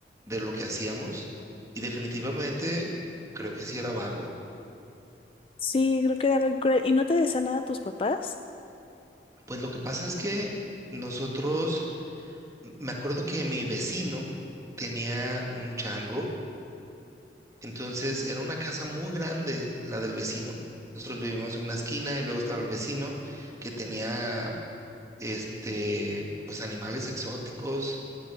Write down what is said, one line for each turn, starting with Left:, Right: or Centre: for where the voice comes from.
Right: de lo que hacíamos y definitivamente creo que sí era vago.
Left: Sí, creo que era algo cruel. ¿Y no te decían nada tus papás?
Right: Pues lo que pasa es que nosotros, me acuerdo que mi vecino tenía un chango Entonces era una casa muy grande, la del vecino. Nosotros vivíamos en una esquina y luego estaba el vecino que tenía, este, pues animales exóticos.